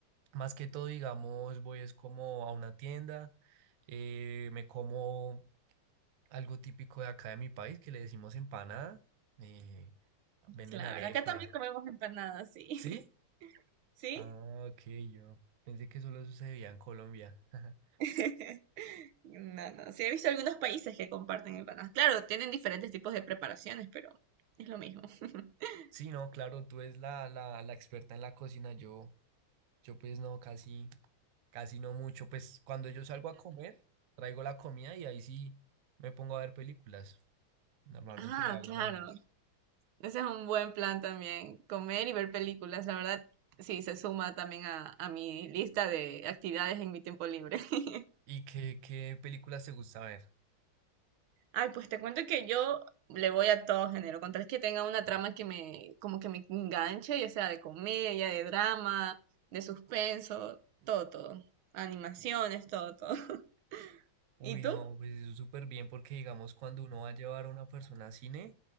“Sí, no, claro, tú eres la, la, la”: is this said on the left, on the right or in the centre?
Right